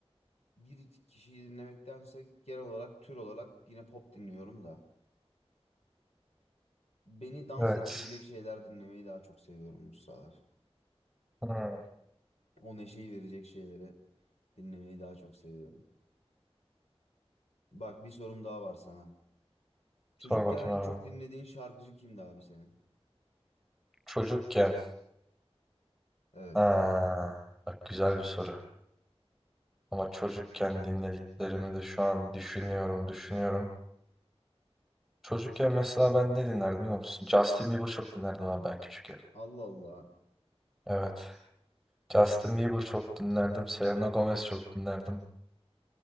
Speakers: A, on the left; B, in the centre.
A: bir kişiyi dinlemektense genel olarak tür olarak yine pop dinliyorum da. Beni dans
B: Evet.
A: ettirecek şeyler dinlemeyi daha çok seviyorum bu sıralar.
B: Hmm,
A: O neşeyi verecek şeyleri dinlemeyi daha çok seviyorum. Bak bir sorum daha var sana. Çocukken
B: Sor bakayım
A: en
B: abi.
A: çok dinlediğin şarkıcı kimdi abi senin?
B: Çocukken.
A: Evet.
B: Ha, bak güzel bir soru. Ama çocukken dinlediklerimi de şu an düşünüyorum, düşünüyorum. Çocukken mesela ben ne dinlerdim biliyor musun? Justin Bieber çok dinlerdim abi ben küçükken.
A: Allah Allah.
B: Evet. Justin Bieber çok dinlerdim. Selena Gomez çok dinlerdim.